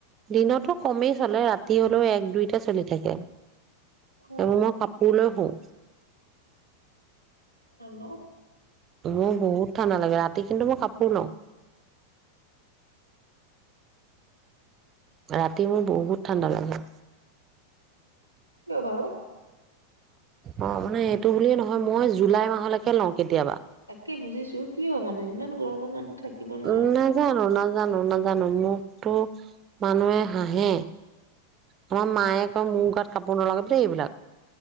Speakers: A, on the right (about 30°); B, on the left (about 85°).
A: দিনতো কমেই চলে ৰাতি হ'লেও এক দুইতে চলি থাকে। <unintelligible>
B: নাজানো
A: মই কাপোৰ লৈ শুও।
B: নলওঁ
A: মোৰ বহুত ঠাণ্ডা লাগে ৰাত কিন্তু মই কাপোৰ লওঁ। ৰাতি মোৰ বহুত ঠাণ্ডা লাগে।
B: কিয় বাৰু?
A: অ', মানে এইটো বুলিয়ে নহয় মই জুলাই মাহলৈকে লওঁ কেতিয়াবা।
B: তাকে বুজিছো কিয় মানে? ইমান গৰমৰ মানুহ থাকিব নোৱাৰে
A: উম নাজানো
B: তুমি
A: নাজানো নাজানো মোকতো মানুহে হাঁহে আমাৰ মায়ে কয় মোৰ গাত কাপোৰ নলগাবি দেই এইবিলাক।